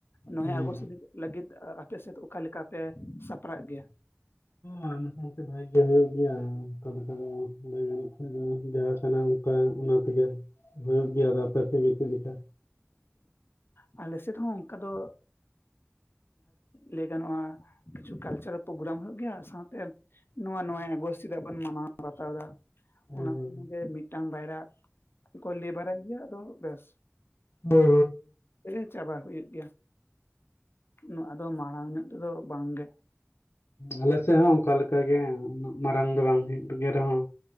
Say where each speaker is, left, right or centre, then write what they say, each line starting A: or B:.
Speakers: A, on the left; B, on the left.
A: ᱱᱚᱚᱭ
B: ᱦᱩᱸ
A: ᱟᱜᱚᱥᱴ
B: ᱦᱩᱸ
A: ᱞᱟᱹᱜᱤᱫ ᱟᱯᱮ ᱥᱮᱫ ᱚᱠᱟ ᱞᱮᱠᱟ ᱯᱮ ᱥᱟᱯᱲᱟᱜ ᱜᱮᱭᱟ
B: ᱦᱚᱭ ᱢᱚᱴᱟᱢᱩᱴᱤ ᱵᱷᱟᱜᱮ ᱜᱮ ᱦᱩᱭᱩᱜ ᱜᱮᱭᱟ ᱚᱱᱠᱟ ᱞᱮᱠᱟ ᱫᱚ ᱞᱟᱹᱭ ᱜᱟᱱᱚᱜ ᱠᱷᱟᱱ ᱫᱚ ᱡᱟᱦᱟᱸ ᱠᱷᱚᱱᱮᱢ <unintelligible> ᱵᱟᱝ ᱚᱱᱟ ᱛᱮᱜᱮ ᱦᱩᱭᱩᱜ ᱜᱮᱭᱟ ᱟᱫᱚ ᱟᱯᱮᱥᱮᱫ ᱜᱮ ᱪᱮᱫ ᱞᱮᱠᱟ?
A: ᱟᱞᱮ ᱥᱮᱫ ᱦᱚᱸ ᱚᱱᱠᱟ ᱫᱚ ᱞᱟᱹᱭ ᱜᱟᱱᱚᱜᱼᱟ ᱠᱤᱪᱷᱩ ᱠᱟᱞᱪᱟᱨᱟᱞ ᱯᱨᱳᱜᱨᱟᱢ ᱦ ᱦᱩᱭᱩᱜ ᱜᱮᱭᱟ ᱥᱟᱶᱛᱮ ᱱᱚᱣᱟ ᱱᱚᱭᱮ ᱟᱜᱚᱥᱴ ᱫᱤᱫᱟᱜ ᱵᱚᱱ ᱢᱟᱱᱟᱣ ᱵᱟᱛᱟᱣ ᱫᱟ?
B: ᱦᱳᱭ
A: ᱚᱱᱟ
B: ᱦᱳᱭ
A: ᱠᱟᱹᱢᱤᱜᱮ ᱢᱤᱫᱴᱟᱝ ᱵᱟᱭᱭᱟ ᱠᱚ ᱞᱟᱹᱭ ᱵᱟᱲᱟᱭ ᱜᱮᱭᱟ ᱟᱫᱚ ᱵᱮᱥ᱾
B: ᱵ <unintelligible>
A: ᱨᱮ ᱪᱟᱵᱟ ᱦᱩᱭᱩᱜ ᱜᱮᱭᱟ ᱩᱱᱟᱹ ᱟᱫᱚ ᱢᱟᱲᱟᱝ ᱧᱚᱜ ᱛᱮᱫᱚ ᱵᱟᱝ ᱜᱮ᱾
B: ᱟᱞᱮ ᱥᱮᱜ ᱦᱚᱸ ᱚᱱᱠᱟ ᱞᱮᱠᱟ ᱜᱮ ᱩᱱᱟᱹᱜ ᱢᱟᱨᱟᱝ ᱫᱚ ᱵᱟᱝ ᱦᱩᱭᱩᱜ ᱜᱮ ᱨᱮᱦᱚᱸ,